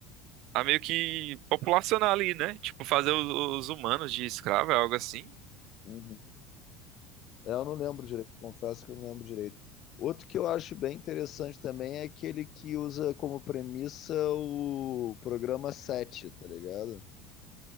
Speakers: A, on the right; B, on the left.
A: a meio que populacionar ali, né? Tipo, fazer os, os humanos de escravo, é algo assim.
B: Uhum. É, Eu não lembro direito, confesso que eu não lembro direito. Outro que eu acho bem interessante também é aquele que usa como premissa o programa 7, tá ligado?